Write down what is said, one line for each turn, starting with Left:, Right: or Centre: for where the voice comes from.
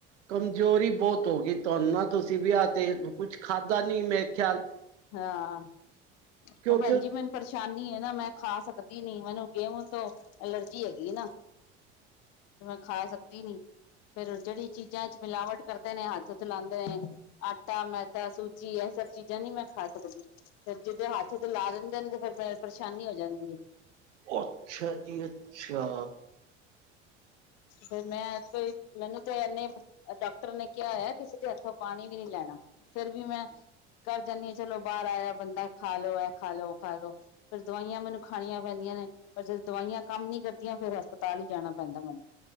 Right: ਕਮਜ਼ੋਰੀ ਬਹੁਤ ਹੋ ਗਈ ਤੁਹਾਨੂੰ ਨਾ ਤੁਸੀਂ ਵਿਆਹ ਤੇ ਕੁਛ ਖਾਧਾ ਨੀ ਮੇ ਖਿਆਲ-
Left: ਹਾਂ,
Right: ਕਿਉਂਕਿ
Left: ਉਹ ਭੈਣ ਜੀ ਮੈਨੂੰ ਪਰੇਸ਼ਾਨੀ ਹੈ ਨਾ ਮੈਂ ਖਾ ਸਕਦੀ ਨੀ ਮੈਨੂੰ ਗੇਹੂ ਤੋਂ ਅਲਰਜੀ ਹੈਗੀ ਨਾ। ਮੈਂ ਖਾ ਸਕਦੀ ਨੀ, ਫੇਰ ਜਿਹੜੀ ਚੀਜ਼ਾਂ 'ਚ ਮਿਲਾਵਟ ਕਰਦੇ ਨੇ ਹੱਥ ਚਲਾਦੇ ਨੇ ਆਟਾ, ਮੈਦਾ, ਸੂਜੀ ਇਹ ਸਭ ਚੀਜ਼ਾਂ ਨੀ ਮੈਂ ਖਾ ਸਕਦੀ। ਫਿਰ ਜਿਦੇ ਹੱਥ 'ਚ ਲਾ ਦਿੰਦੇ ਨੇ ਤੇ ਫੇਿਰ ਪਰੇਸ਼ਾਨੀ ਹੋ ਜਾਂਦੀ ਏ।
Right: ਅੱਛਾ ਜੀ ਅੱਛਾ।
Left: ਫਿਰ ਮੈਂ ਮੈਨੂੰ ਤੇ ਇਨੇ ਡਾਕਟਰ ਨੇ ਕਿਹਾ ਹੋਇਆ ਕਿਸੇ ਦੇ ਹੱਥੋਂ ਪਾਣੀ ਵੀ ਨੀ ਲੈਣਾ, ਫੇਰ ਵੀ ਮੈਂ ਘਰ ਜਾਂਨੀ ਆ ਚਲੋ ਬਾਹਰ ਆਇਆ ਬੰਦਾ ਖਾ ਲੋ ਐ ਖਾ ਲੋ ਉਹ ਖਾ ਲੋ। ਫਿਰ ਦਵਾਈਆਂ ਮੈਨੂੰ ਖਾਣੀਆਂ ਪੈਂਦੀਆਂ ਨੇ। ਪਰ ਜਦੋਂ ਦਵਾਈਆਂ ਕੰਮ ਨੀ ਕਰਦੀਆਂ ਫੇਰ ਹਸਪਤਾਲ ਹੀ ਜਾਣਾ ਪੈਂਦਾ ਮੈਨੂੰ।